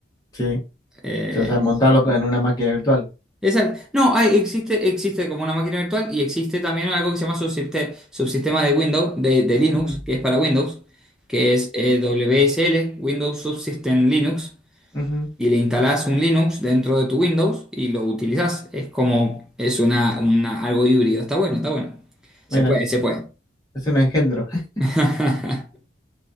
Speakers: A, on the left; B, in the centre.
A: Sí.
B: Eh,
A: Entonces, a montarlo en una máquina virtual.
B: esa- no, hay- existe, existe como una máquina virtual y existe también algo que se llama subsiste- subsistema de Windows, de, de Linux,
A: Ujú,
B: que es para Windows, que es eh, WSL, Windows Subsystem Linux.
A: ujú, ujú.
B: y le instalás un Linux dentro de tu Windows y lo utilizás. Es como, es una, una- algo híbrido. Está bueno, está bueno. Se
A: Mira,
B: puede, se puede.
A: es un engendro. <laughs>
B: <laughs>